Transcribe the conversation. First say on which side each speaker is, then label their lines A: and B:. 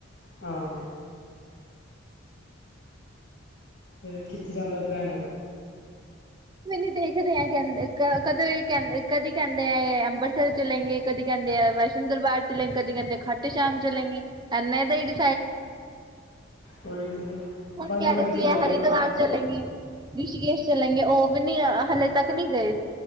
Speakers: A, on the left (about 55°); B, on the right (about 20°).
A: ਹਾਂ। ਫਿਰ ਕਿੱਥੇ ਜਾਂਦਾ ਪਲੈਨ ਹੈਗਾ।
B: ਮੈ ਨੂੰ ਦੇਖਦੇ ਆ ਕਹਿੰਦੇ ਕਦੋਂ ਕਹਿੰ ਕਦੀ ਕਹਿੰਦੇ ਆ ਅੰਮ੍ਰਿਤਸਰ ਚਲੇਗੇ ਕਦੀ ਕਹਿੰਦੇ ਆ ਵੈਸ਼ਨੋ ਸੁੰਦਰ ਬਾਰ ਚਲੇ ਕਦੀ ਕਹਿੰਦੇ ਖੱਟੂ ਸ਼ਾਮ ਚਲੇਗੇ ਇਹਨਾਂ ਦਾ ਡਿਸ਼।
A: ਉਹੀ ਤੇ।
B: ਹੁਣ
A: ਵਾਰੀ
B: ਕਹਿ
A: ਵਾਰੀ
B: ਰਹੇ
A: ਚਲੇ
B: ਸੀ ਹੈ
A: ਜਾਓ
B: ਹਰਿਦੁਆਰ।
A: ਨਾ
B: ਚਲਗੇ, ਰਿਸ਼ਕੇਸ਼ ਚਲਗੇ ਉਹ ਵੀ ਨੀ ਹਲੇੇ ਤੱਕ ਨਹੀਂ ਗਏ‌।